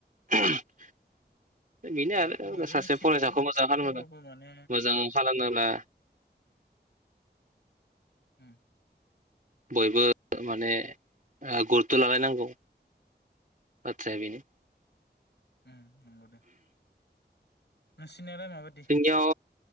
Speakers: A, on the right (about 50°); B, on the left (about 70°).
A: दा बेनो आरो
B: बेखौ बयबो
A: सासे
B: मिथिगौ
A: फरायसाखौ मोजां खालामोब्ला
B: थेवबाबो माने
A: मोजां खालामोब्ला
B: ओम
A: बयबो माने ओ गुरुथ' लालायनांगौ बाथ्राया बेनो
B: ओम नंगौ दे नोंसि- थिनायालाय माबायदि?
A: जोंनियाव